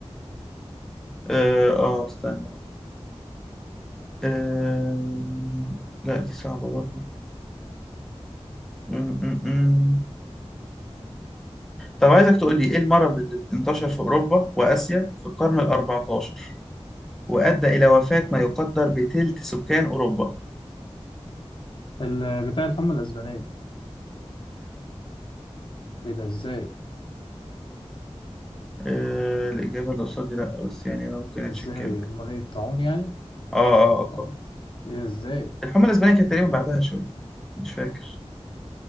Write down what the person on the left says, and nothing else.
ال- بتاع الحمى الأسبانية إيه ده إزاي
إزاي
أمال إيه الطاعون يعني
طاعون
إيه ده إزاي